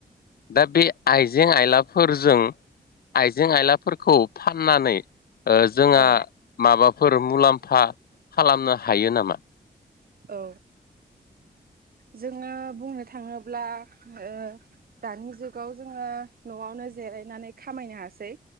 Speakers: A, on the left (about 75°); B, on the right (about 70°).
A: दा बे आइजें आइलाफोरजों आइजें आइलाफोर खौ फाननानै ओ जोंहा
B: औ
A: माबा फोर मुलाम्फा खालामनो हायो नामा?
B: औ जोङो बुंनो थाङोब्ला ओ दानि जुगाव जोङो नवावनो जिरायनानै खामायनो हासै